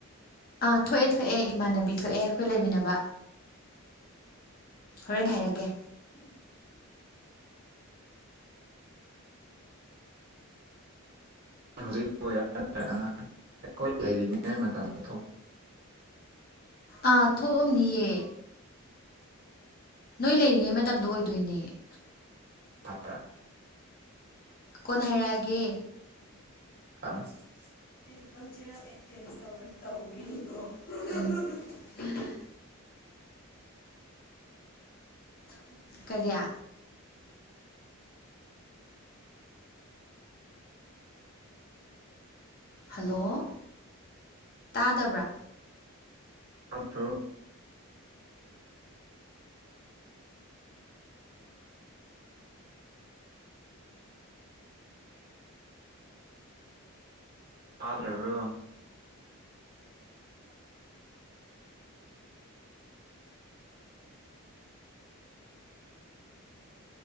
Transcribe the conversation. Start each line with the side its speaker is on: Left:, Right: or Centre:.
Left: ꯑꯥ ꯊꯣꯛꯑꯦ ꯊꯣꯛꯑꯦ ꯏꯃꯥꯟꯅꯕꯤ ꯊꯣꯛꯑꯦ ꯑꯩꯈꯣꯏ ꯂꯩꯃꯤꯟꯅꯕ ꯍꯣꯔꯦꯟ ꯍꯥꯏꯔꯛꯀꯦ
Right: ꯍꯧꯖꯤꯛꯄ ꯌꯥꯝꯒꯅ ꯑꯩꯈꯣꯏ ꯂꯩꯔꯤꯉꯉꯩ ꯃꯇꯝꯗ
Left: ꯑꯥ ꯊꯣꯛꯑꯝꯅꯤꯌꯦ ꯅꯣꯏ ꯂꯩꯔꯤꯉꯩ ꯃꯇꯝꯗꯣ ꯑꯣꯏꯗꯣꯏꯅꯦ
Right: <inaudible>
Left: ꯀꯣꯟꯅ ꯍꯥꯏꯔꯛꯑꯒꯦ
Right: <inaudible>
Left: <inaudible>
Right: <inaudible>
Left: ꯀꯔꯤꯌꯥ ꯍꯜꯂꯣ ꯇꯥꯗꯕ꯭ꯔꯥ
Right: ꯑꯣ ꯑ꯭ꯔꯕꯣ